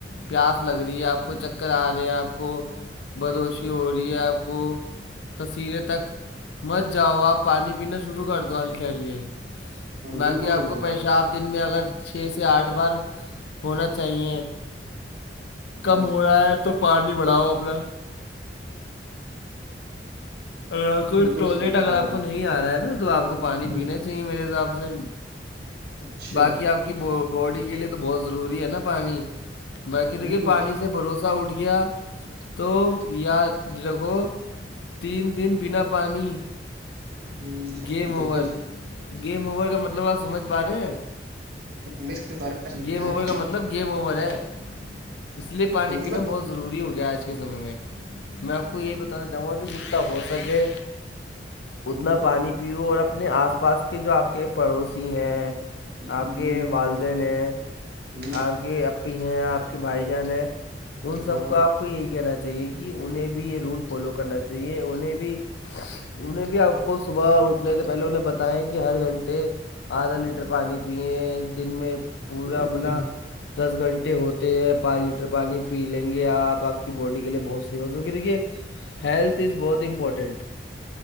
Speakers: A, on the left; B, on the right.
A: پیاس لگ رہی ہے آپ کو چکر آ رہے ہیں آپ کو بدوشی ہو رہی ہے آپ کو تصویریں تک مچ جاؤ آپ پانی پینا شروع کر دو ہلکے ہلکے باقی
B: بالکل
A: آپ
B: صحیح فرمایا
A: کو پیشاب
B: نے
A: دن میں اگر چھ سے آٹھ بار ہونا چاہیے کم
B: ہ
A: ہو رہا ہے تو پانیانی بڑھاؤ اپنا اگر کوئی
B: بالکل
A: ٹوائلیٹ
B: صحیح فرمایا
A: اگر آپ کو نہیں آ رہا ہے نا تو آپ کو پانی
B: نے
A: پینا
B: ہ
A: چاہیے میرے حساب سے
B: اچھا
A: باقی آپ کی باڈی کے لیے تو بہت ضروری ہے نا پانی باقی
B: ہوں
A: دیکھیے پانی سے بھروسہ اٹھ گیا تو یاد رکھو تین دن بنا پانی
B: ہوں
A: گیم
B: بالکل
A: اوور گیم اوور کا مطلب آپ سمجھ پا رہے ہیں
B: نیکسٹ بارے میں سمجھائیں
A: گیم اوور کا مطلب گیم اوور ہے اس لیے پانی
B: مطلب
A: پینا بہت ضروری ہو گیا آج کے سمے میں میں آپ کو یہی بتا جماں بھی جتا ہو سکے
B: ہوں
A: اتنا پانی پیو اور اپنے آس پاس کے جو آپ آ کے پڑوسی ہیں
B: ہوں
A: آپ کے والدین ہیں
B: ہوں
A: آپ کے اپ بھی ہیں آپ کے بھائی جان ہے ان سب
B: ہاں
A: کا آپ کو یہی کہنا چاہیے کہ انہیں بھی یہ رول فالو کرنا چاہیے انہیں بھی انہیں بھی آپ کو صبح اٹھنے سے پہلے انہیں بتیا کہ ہر گھنٹے آدھا لیٹر پانی پئیں دن میں پورا
B: ہوں،
A: اپنا دس گھنٹے ہوتے ہیں پانچ لیٹر پانی پی لیں گے آپ آپ کی باڈی کے لیے بہت سی ہوگا کیونکہ دیکھیے ہیلتھ از بہت امپورٹنٹ